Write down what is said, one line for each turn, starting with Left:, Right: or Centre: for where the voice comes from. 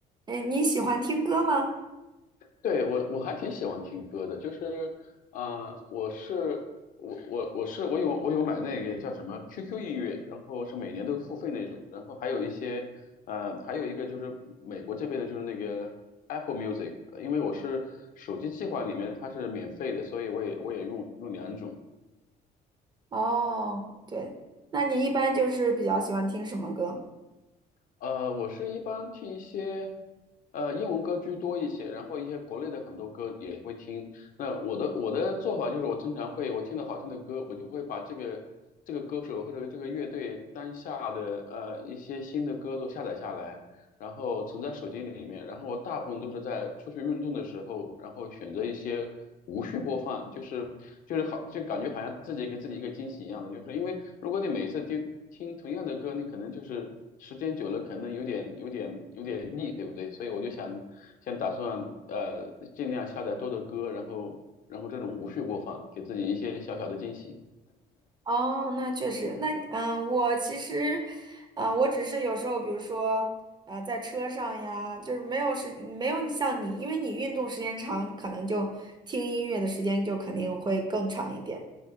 Right: 哎，你喜欢听歌吗？
Left: 对，我我还挺喜欢听歌的，就是，呃，我是我我我是我有我有买那个叫什么 QQ 音乐，然后是每年都付费那种，然后还有一些，呃，还有一个就是美国这边的就是那个 Apple Music，呃因为我是手机计划里面它是免费的，所以我也我也用用两种，
Right: 哦，对，那你一般就是比较喜欢听什么歌？
Left: 呃，我是一般听一些，呃，英文歌居多一些，然后一些国内的很多歌也会听。那我的我的做法就是，我经常会我听到好听的歌，我就会把这个这个歌手或者这个乐队当下的呃一些新的歌都下载下来，然后存在手机里面，然后我大部分都是在出去运动的时候，然后选择一些无序播放，就是就是好，就感觉好像自己给自己一个惊喜一样的，就是因为如果你每次听听同样的歌，你可能就是时间久了，可能有点有点有点腻，对不对？所以我就想想打算呃尽量下载多的歌，然后然后这种无序播放，给自己一些小小的惊喜。
Right: 哦，那确实，那嗯，我其实，嗯，我只是有时候，比如说，呃，在车上呀，就是没有时，没有你像你，因为你运动时间长，可能就听音乐的时间就肯定会更长一点。